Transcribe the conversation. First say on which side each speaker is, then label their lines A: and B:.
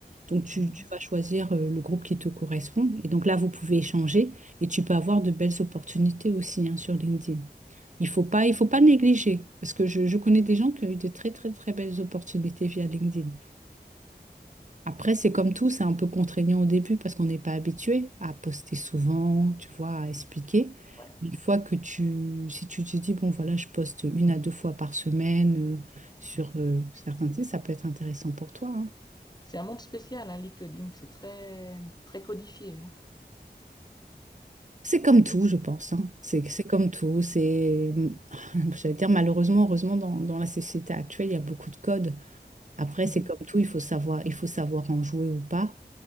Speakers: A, on the right; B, on the left.
A: Donc, tu,
B: mhm.
A: tu vas choisir euh, le groupe qui te correspond. Et donc là, vous pouvez échanger et tu peux avoir de belles opportunités aussi hein, sur LinkedIn. Il faut pas, il faut pas négliger parce que je, je connais des gens qui ont eu de très, très, très belles opportunités via LinkedIn. Après, c'est comme tout, c'est un peu contraignant au début parce qu'on n'est pas habitué à poster souvent, tu vois, à expliquer.
B: Ouais.
A: Mais Une fois que tu, si tu te dis, bon, voilà, je poste une à deux fois par semaine euh, sur euh, certains sites, ça peut être intéressant pour toi. hein.
B: C'est un monde spécial, hein, LinkedIn, c'est très, très codifié. hein.
A: C'est comme tout, je pense. hein. C'est, c'est comme tout. C'est, <laughs> j'allais dire, malheureusement, heureusement, dans, dans la société actuelle, il y a beaucoup de codes. Après,
B: Mhm.
A: c'est comme tout, il faut savoir, il faut savoir en jouer ou pas.